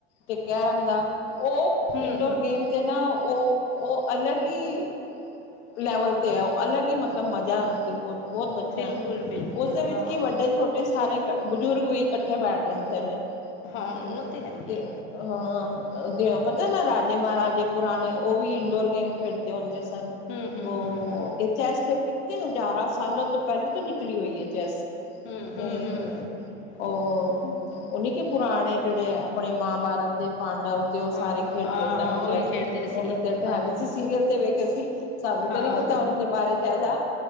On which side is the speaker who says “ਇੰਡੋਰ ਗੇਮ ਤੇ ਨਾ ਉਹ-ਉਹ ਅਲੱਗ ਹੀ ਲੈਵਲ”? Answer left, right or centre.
Left